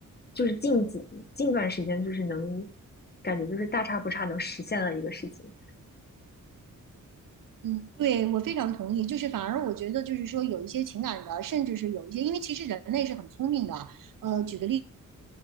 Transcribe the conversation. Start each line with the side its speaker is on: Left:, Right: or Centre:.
Left: 就是近几近段时间，就是能感觉就是大差不差能实现的一个事情。
Right: 嗯，对，我非常同意。就是反而我觉得，就是说有一些情感的，甚至是有一些，因为其实人类是很聪明的。呃，举个例